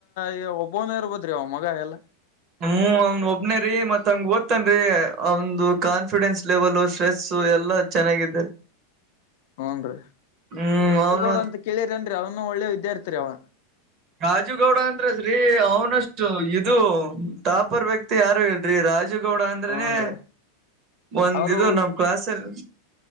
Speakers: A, on the left; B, on the right.
A: ಈ ಒಬ್ಬನ ಇರ್ಬೋದ್ರಿ ಅವ ಮಗ ಎಲ್ಲ
B: ಹ್ಮ್, ಅವನ್ ಒಬ್ನೇ ರೀ ಮತ್ ಹಂಗ ಓದ್ತನ್ರಿ ಅವ್ದ ಕಾನ್ಫಿಡೆನ್ಸ್ ಲೆವೆಲ್ ಸ್ಟ್ರೆಸ್ ಎಲ್ಲಾ ಚೆನ್ನಾಗಿದೆ
A: ಹುನ್ರೀ
B: ಹ್ಮ್ ಅವನು
A: ದುಡ್ಡು ಕೂಡು ಅಂತ ಕೇಳಿರೆನ್ರಿ ಅವನು ಒಳ್ಳೆ ವಿದ್ಯಾರ್ಥಿ ರಿ ಅವ
B: ರಾಜುಗೌಡ ಅಂದ್ರದ್ರಿ ಅವನಷ್ಟು ಇದು ಟಾಪರ್ ವ್ಯಕ್ತಿ ಯಾರು ಇಲ್ರಿ ರಾಜು ಗೌಡ ಅಂದ್ರೆನೆ
A: ಹೂನ್ ರೀ
B: ಒಂದ್
A: ಅವರು
B: ಇದು ನಮ್ ಕ್ಲಾಸ್ ಅಲ್ಲಿ